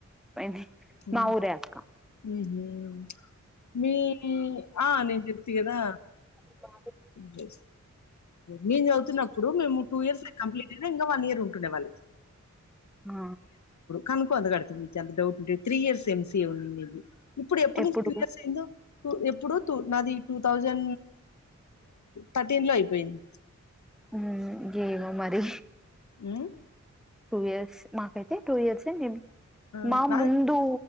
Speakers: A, in the centre; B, on the left.
A: ది
B: ఉమ్,
A: మాఊరే అక్క
B: ఉమ్. మీ ఆ నేను చెప్త కదా
A: ఉమ్
B: చె మేము చదువుతున్నప్పుడు మేము టూ ఇయర్స్ కంప్లీట్ అయినా ఇంకా వన్ ఇయర్ ఉంటుండ వాళ్ళకి
A: ఆ
B: కనుక్కో నీకు అంత డౌట్ ఉంటే త్రీ ఇయర్స్ ఎంసీఏ ఉన్ని మీదు ఇప్పుడు ఎప్పటి
A: ఎప్పుడు
B: నుంచి టూ ఇయర్స్ అయిందో టూ ఎప్పుడు నాది టూ థౌజండ్ థర్టీన్ లో అయిపోయింది
A: ఉమ్ గేమో మరి
B: ఉమ్
A: టూ ఇయర్స్ మాకైతే టూ ఇయర్సే మేమ్
B: ఆ
A: మా
B: నాది
A: ముందు